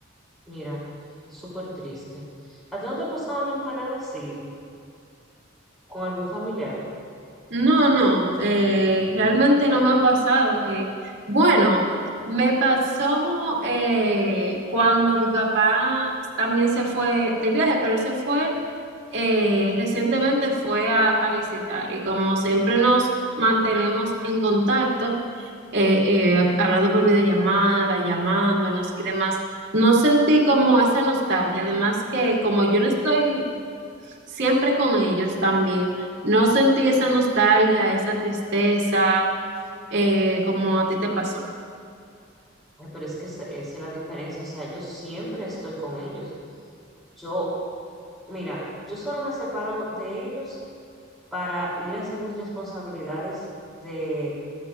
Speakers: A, in the centre; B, on the right.
A: mira, súper triste. ¿A ti no te ha pasado nunca nada así con algún familiar?
B: No, no, eh, realmente no me ha pasado que, bueno, me pasó eh, cuando mi papá también se fue de viaje, pero él se fue, eh, recientemente fue a, a visitar y como siempre nos mantenemos en contacto, eh, eh, hablando por videollamada, llamándonos y demás, no sentí como esa nostalgia, además que como yo no estoy siempre con ellos también. No sentí esa nostalgia, esa tristeza, eh, como a ti te pasó.
A: Ay, pero es que ese- esa es la diferencia, o sea, yo siempre estoy con ellos. Yo, mira, yo solo me separo de ellos para ir a hacer mis responsabilidades de